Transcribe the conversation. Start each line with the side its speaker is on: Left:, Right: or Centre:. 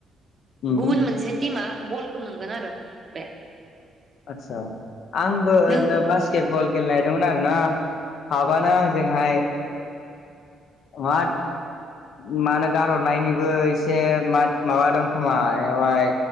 Left: उम
Right: गुबुन मोनसे टिमा बलखो मोनगोन आरो बे
Left: आतसा आंबो ओरैनो
Right: नों
Left: बास्केटबल गेलेनायदोंंमोन आरोना हाबानो आंजोंहाय <unintelligible> मानो गारहरनायनिबो एसे माद- माबा दं खोमा एयावहाय